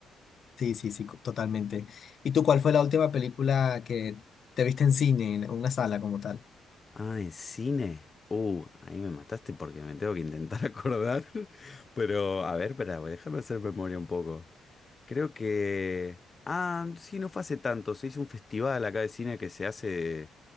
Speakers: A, on the left; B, on the left.
A: Sí, sí, sí, co- totalmente. ¿Y tú cuál fue la última película que te viste en cine, en una sala como tal?
B: Ah, en cine. Uh, ahí me mataste porque me tengo que intentar <laughs> acordar. Pero, a ver, espera, pues, déjame hacer memoria un poco. Creo que... Ah, sí, no fue hace tanto. Se hizo un festival acá de cine que se hace